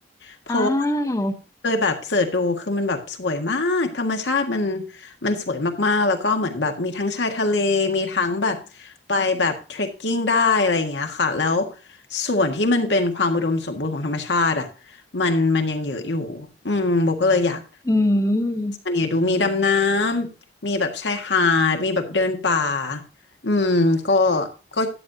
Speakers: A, on the left; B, on the left.
A: เพราะว่า
B: อ้าว
A: เคยแบบเสิร์ชดูคือมันแบบสวยมากธรรมชาติมันมันสวยมากๆแล้วก็เหมือนแบบมีทั้งชายทะเลมีทั้งแบบไปแบบเทรคกิ้งได้อะไรอย่างเงี้ยค่ะแล้วส่วนที่มันเป็นความอุดมสมบูรณ์ของธรรมชาติอ่ะมันมันยังเยอะอยู่อืมโบก็เลยอยาก
B: อืม
A: อันเนี้ยดูมีดำน้ำมีแบบชายหาดมีแบบเดินป่า อืมก็ก็